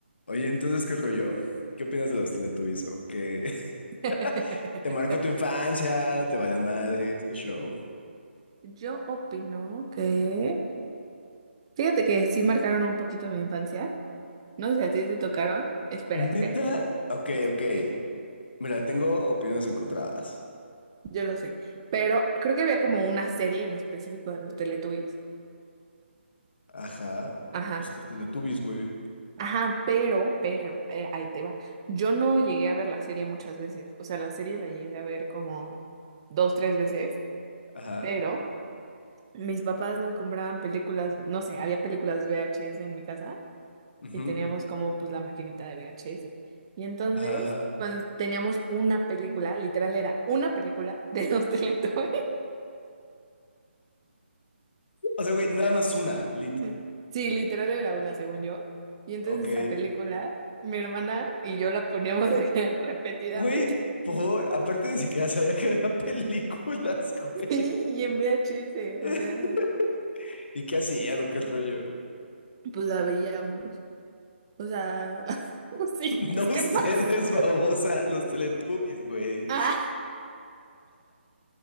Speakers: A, on the left; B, on the right.
A: Oye, entonces, ¿qué rollo? ¿Qué opinas de los Teletubbies? ¿O qué?
B: <laughs>
A: <laughs> ¿Te marcó tu infancia? ¿Te valió madres? ¿Qué show?
B: Yo opino que, fíjate que sí marcaron un poquito mi infancia. No sé si a ti te tocaron. Espera,
A: ¿Neta?
B: espera,
A: Ok,
B: espera.
A: ok. Mira, tengo opiniones encontradas.
B: Yo lo sé. Pero creo que había como una serie en específico de los Teletubbies.
A: Ajá.
B: Ajá.
A: Pues los Teletubbies, güey.
B: Ajá, pero, pero, eh, ahí te va. Yo no llegué a ver la serie muchas veces. O sea, la serie la llegué a ver como dos, tres veces.
A: Ajá.
B: Pero mis papás nos compraban películas, no sé, había películas VHS en mi casa.
A: Ujú.
B: y teníamos como pues la maquinita de VHS. Y entonces,
A: Ajá, ajá.
B: cuando teníamos una película, literal era una película de los <laughs> Teletubbies.
A: O sea, güey, nada más una, lit.
B: Ujú. Sí, literal era una, según yo. Y entonces
A: Ok.
B: esa película, mi hermana y yo la poníamos de que <laughs> repetidamente,
A: Güey, por... Aparte ni siquiera sabía que había películas, güey.
B: sí, y en VHS,
A: <laughs>
B: o sea,
A: ¿Y qué hacían o qué rollo?
B: pues la veíamos. O sea, <laughs> pues sí,
A: <laughs>
B: pues
A: No ustedes,
B: ¿qué más?
A: babosa, los Teletubbies, güey.
B: Ah,